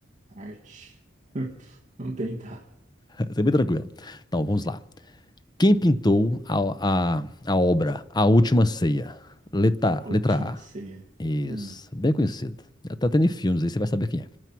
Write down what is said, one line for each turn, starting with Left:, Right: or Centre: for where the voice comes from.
Right: Arte. <laughs> Vamos tentar.
Left: Essa é bem tranquila. Então, vamos lá. Quem pintou a, a, a obra A Última Ceia? Letra,
Right: A
Left: letra
Right: última
Left: A.
Right: ceia.
Left: Isso,
Right: Hum,
Left: bem conhecido. Tá tendo em filmes aí, você vai saber quem é.